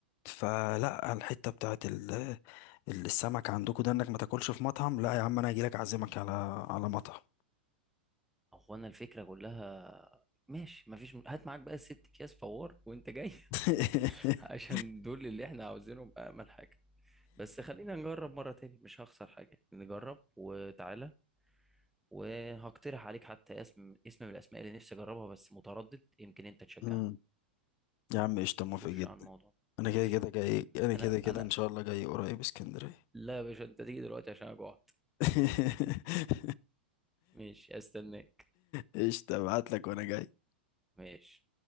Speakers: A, on the left; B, in the centre.
A: فلا الحته بتاعت ال- السمك عندكم ده انك ما تاكلش في مطعم لا يا عم انا هجيلك اعزمك على على مطعم
B: هو انا الفكره كلها ماشي مفيش م... هات معاك بقى الست اكياس فوار وانت جاي
A: <laughs>
B: <laughs> عشان دول اللي احنا عاوزينهم امل حاجه بس خلينا نجرب مره تاني مش هخسر حاجه نجرب وتعالى وهقترح عليك حتى اسم اسم من الاسماء اللي نفسي اجربها بس متردد يمكن انت تشجعني
A: مم. يا عم قشطه
B: ونخش
A: موافق جدا
B: على الموضوع ده.
A: انا
B: ماشي
A: كده كده جاي انا كده
B: انا
A: كده
B: انا
A: ان شاء الله جاي قريب اسكندريه
B: لا يا باشا انت تيجي دلوقتي عشان انا جوعت
A: <laughs>
B: ماشي استناك
A: قشطه ابعت لك وانا جاي
B: ماشي